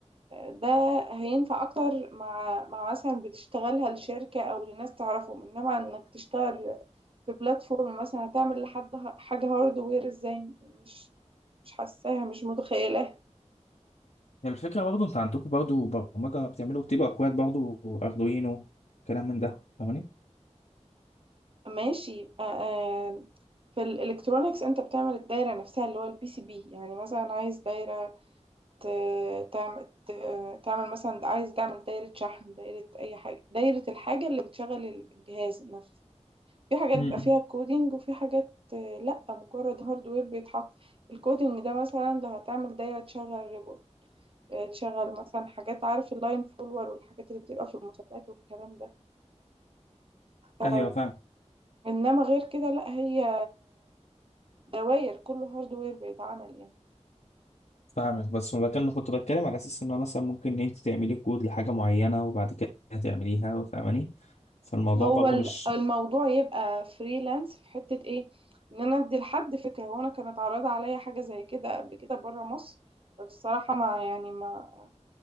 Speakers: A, on the right (about 50°); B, on the left (about 85°).
A: ده هينفع اكتر مع مع مثلا بتشتغلها لشركة او لناس تعرفهم انما انك تشتغل في بلاتفورم مثلا هتعمل لحد ه- حاجة هاردوير ازاي مش مش حاساها مش متخيلة
B: هي الفكره برضه انت عندكم برضه برمجه بتعملوا بتبقى اكواد برضه اردوينو كلام من ده فاهماني
A: ماشي يبقى آه، في الالكترونيكس انت بتعمل الدايرة نفسها اللي هو البي سي بي يعني مثلا عايز دايرة ت- تعمل ت- تعمل مثلا عايز تعمل دايرة شحن دايرة اي حاجة دايرة الحاجة اللي بتشغل الجهاز نفسه في حاجات
B: مم.
A: بيبقى فيها كودينج وفي حاجات آه، لا مجرد هاردوير بيتحط الكودينج ده مثلا لو هتعمل دايرة تشغل ريبل آه، تشغل مثلا حاجات عارف اللاين فولور والحاجات اللي بتبقى في المسابقات والكلام ده آه،
B: ايوه فاهم
A: انما غير كده لا هي دواير كله هاردوير بيتعمل يعني
B: فاهمك بس ما كان كنت بتكلم على اساس انه مثلا ممكن انت تعملي كود لحاجه معينه وبعد كده تعمليها فاهماني فالموضوع
A: هو
B: برضه
A: ال-
B: مش
A: الموضوع يبقى فريلانس في حتة ايه ان انا ادي لحد فكرة هو انا كانت عارضة عليا حاجة زي كده قبل كده بره مصر بس الصراحة ما يعني ما